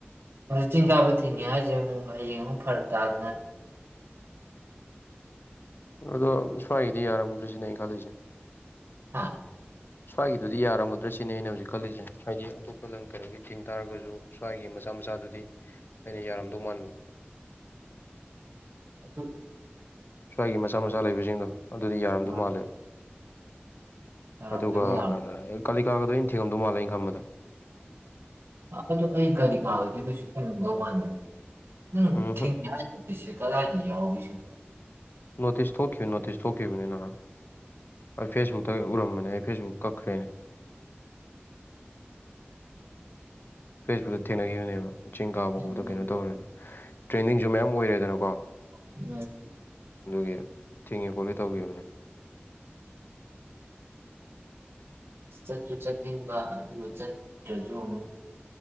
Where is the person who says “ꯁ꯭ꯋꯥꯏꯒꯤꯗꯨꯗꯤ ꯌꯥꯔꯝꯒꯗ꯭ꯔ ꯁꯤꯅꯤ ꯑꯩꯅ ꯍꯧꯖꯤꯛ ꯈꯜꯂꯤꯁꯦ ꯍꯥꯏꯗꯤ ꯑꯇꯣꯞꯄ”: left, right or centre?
Left